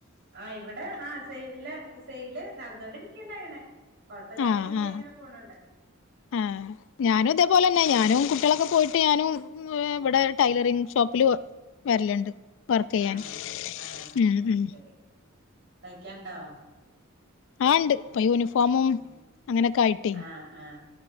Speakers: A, on the right; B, on the left.
A: ആ ഇവിടെ ആ സെ സെയില് നടന്നോൊണ്ടിരിക്കണ്ടങ്ങനെ കുഴപ്പല്ലാത്ത
B: ആഹ്
A: രീതിലങ്ങനെ
B: ആഹ്
A: പോണണ്ട്
B: ആഹ് ഞാനും തേപോലെന്നെ ഞാനും കുട്ട്യാളൊക്കെ പോയിട്ട് ഞാനും ഇവിട ടൈലറിങ് ഷോപ്പില്. വരല്ണ്ട് വർക്കയ്യാൻ
A: ആണോ ആ
B: ഉ
A: അത്
B: ഉം
A: ശരി തയ്ക്കാണ്ടോ?
B: ആ ണ്ട് പ്പൊ യൂണിഫോമും
A: ഉം
B: അങ്ങനെയൊക്കെ ആയിട്ടേ.
A: ആഹ് ആഹ്